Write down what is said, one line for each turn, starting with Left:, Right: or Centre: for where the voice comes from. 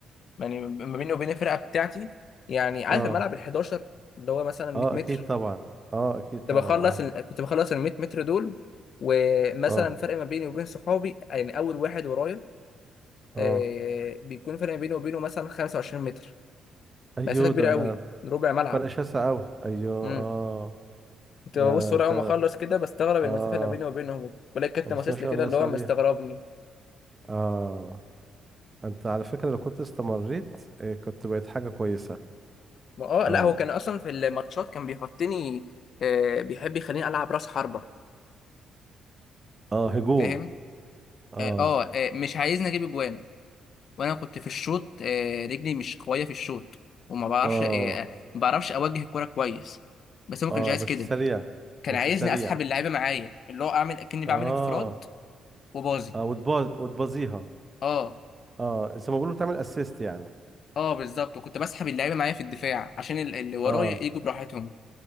Left: يعني ما بيني وبين الفرقه بتاعتي يعني عارف
Right: اه
Left: الملعب ال 11 اللي هو مثلا 100
Right: اه
Left: متر
Right: اكيد طبعا اه اكيد
Left: كنت
Right: طبعا
Left: بخلص
Right: اه
Left: ال... كنت بخلص ال 100 متر دول ومثلا
Right: اه
Left: فرق ما بيني وبين صحابي يعني اول واحد ورايا
Right: اه
Left: آه بيكون فرق ما بيني وبينه مثلا 25 متر
Right: ايوه
Left: مسافه كبيره
Right: ده
Left: قوي ربع ملعب
Right: فرق شاسع اوي ايوه
Left: امم
Right: اه
Left: كنت
Right: ده
Left: ببص ورا
Right: انت
Left: اول ما اخلص كده بستغرب
Right: اه
Left: المسافه اللي ما بيني وبينهم بلاقي الكابتن
Right: آه، بس
Left: باصص
Right: ما شاء
Left: لي كده
Right: الله
Left: اللي
Right: سريع
Left: هو مستغربني
Right: اه انت على فكرة لو كنت استمريت آه، كنت بقيت حاجة كويسة
Left: ما اه
Right: اه
Left: لا هو كان اصلا في الماتشات كان بيحطني آه بيحب يخليني العب راس حربة
Right: اه هجوم
Left: فاهم
Right: اه
Left: اه, آه آه، مش عايزني اجيب اجوان وانا كنت في الشوط آه رجلي مش قويه في الشوط وما بعرفش
Right: اه
Left: آه آه، ما بعرفش اوجه الكرة كويس بس هو ما
Right: اه
Left: كانش عايز
Right: بس
Left: كده
Right: سريع
Left: كان
Right: بس
Left: عايزني
Right: سريع
Left: اسحب اللعيبه معايا اللي هو اعمل اكني بعمل
Right: اه
Left: انفراد وباظي
Right: اه وتباز وتبازيها
Left: اه
Right: اه زي ما بيقولوا بتعمل اسيست يعني
Left: اه بالظبط وكنت بسحب اللعيبه معايا في الدفاع عشان ال- اللي ورايا
Right: اه
Left: يجوا براحتهم